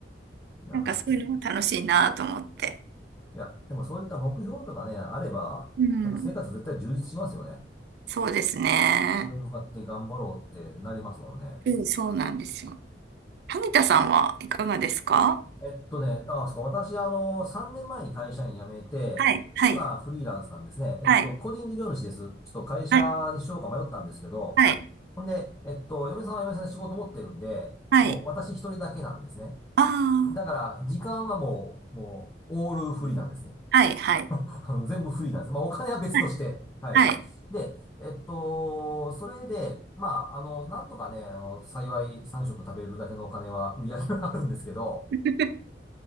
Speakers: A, on the left (about 15°); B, on the right (about 60°).
A: いやー、
B: なんかそういうのも楽しいなと思って。
A: いい。いや、でもそういった目標とかね、あれば、
B: うん。
A: なんか生活絶対充実しますよね。
B: そうですね。
A: これに向かって頑張ろうってなりますもんね。
B: うん、そうなんですよ。萩田さんはいかがですか
A: えっとね、あ、そうか、私、あの、3年前に会社員辞めて、
B: はい、はい、
A: 今、フリーランスなんですね。えっと、
B: はい、
A: 個人事業主です。ちょっと会社にしようか迷ったんですけど、
B: はい、はい、
A: ほんで、えっと、嫁さんは嫁さんで仕事持ってるんで、
B: はい。
A: もう私一人だけなんですね。
B: あ
A: だから、時間はもう、もう、オールフリーなんですね。
B: あ、はい、はい、
A: <laughs> あの全部フリーなんですね。まあ、お金は別として。
B: はい、
A: はい。
B: はい。
A: で、えっと、それで、まあ、あの、なんとかね、あの、幸い3食食べるだけのお金は、売り上げはあるんですけど、
B: <laughs>